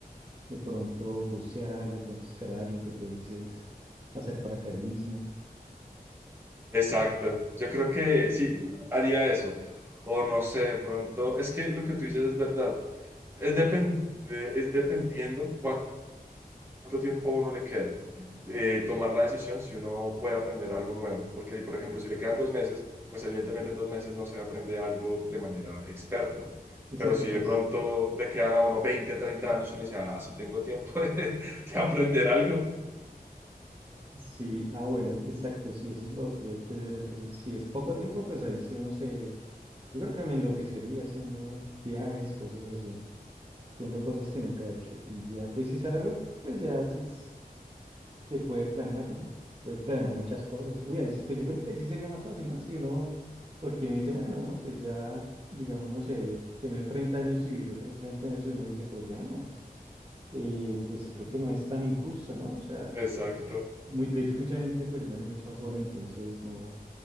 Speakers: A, on the right; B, on the right.
A: de pronto bucear, de pronto escalar, lo que tú dices, hacer paracaidismo.
B: Exacto. Yo creo que sí, haría eso. O no sé, de pronto, es que lo que tú dices es verdad. Es, depende, es dependiendo cuánto tiempo a uno le queda. eh, tomar la decisión si uno puede aprender algo nuevo. Porque, por ejemplo, si le quedan dos meses, pues evidentemente en dos meses no se aprende algo de manera experta.
A: Exacto,
B: Pero si
A: entonces
B: de pronto le quedan a uno 20, 30 años y uno dice, ah, si tengo tiempo <laughs> de, de aprender algo.
A: Sí, ah, bueno, exacto, sí, eso es lo otro, hay que ver. Entonces, si es poco tiempo, pues ahí sí uno se. Yo creo que me enloquecería haciendo viajes, cosas así, haciendo cosas que nunca he hecho. Y ya, pues si es a largo, pues ya sí es- se puede planear, ¿no? Se puede planear muchas cosas. Uy, ahí sí- pues yo creo que ahí sí sería más fácil, ¿no? Si uno, porque uno dice, bueno, uno pues ya, digamos, no sé, tener 30 años y vivir otros 30 años, y uno dice, pues bueno, eh, pues creo que no es tan injusto, ¿no? O sea.
B: Exacto.
A: Muy, de hecho, mucha gente pues muere mucho más joven, entonces no,